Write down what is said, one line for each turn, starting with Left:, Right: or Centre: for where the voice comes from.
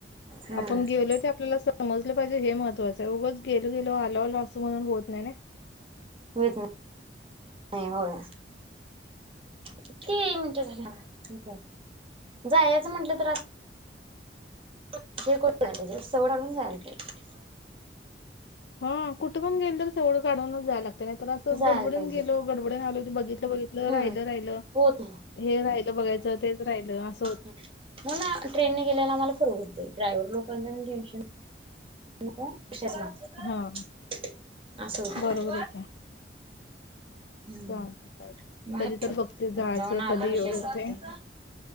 Right: हम्म
Left: आपण गेलोय ते आपल्याला समजलं पाहिजे हे महत्त्वाचं त उगच गेलो गेलो आलो आलो असं म्हणून होत नाही ना.
Right: होयत नाही, होय. किती मिनटं झालं? जायचं म्हंटलं तर हे <unintelligible> सवड काढून जायला लागतंय.
Left: हा कुठं पण गेल तर सवड काढूनच जाया लाग ते नाहीतर असं
Right: जायला
Left: गडबडून
Right: पाहिजे.
Left: गेलो गडबडून आलो ते बघितलं बघितलं
Right: हम्म
Left: राहिलं राहिलं.
Right: होत
Left: हे राहिलं बघायचं तेच राहिलं अस
Right: हम्म, म्हणून ना ट्रेनने गेलेले आम्हाला परवडतंय, ड्रायव्हर लोकांचं पण टेन्शन नको कशाचं नको,
Left: हा
Right: असं होतंय.
Left: बरोबर आहे की
Right: हम्म,
Left: चालते चालते
Right: <unintelligible>
Left: कधी तर बघते जायचं
Right: जाऊन आलं
Left: कधी
Right: विषय
Left: योग होते
Right: सपतय.